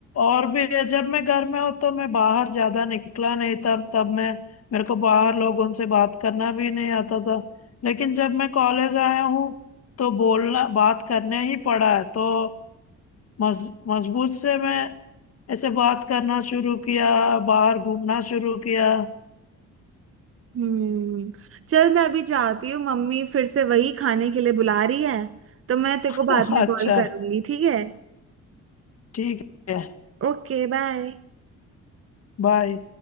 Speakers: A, on the left; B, on the right.
A: और भी जब मैं घर में हो तो मैं बाहर ज्यादा निकला नहीं तब तब मैं मेरे को बाहर लोगों से बात करना भी नहीं आता था लेकिन जब मैं कॉलेज आया हूँ तो बोलना बात करने ही पड़ा है तो मज, मजबूत से मैं ऐसे बात करना शुरू किया बाहर घूमना शुरू किया
B: हम्म चल मैं अभी जाती हूँ मम्मी फिर से वही खाने के लिए बुला रही है तो मैं तेरे
A: <laughs>
B: को बाद में
A: अच्छा
B: कॉल करूंगी ठीक है
A: ठीक है
B: Okay bye
A: बाय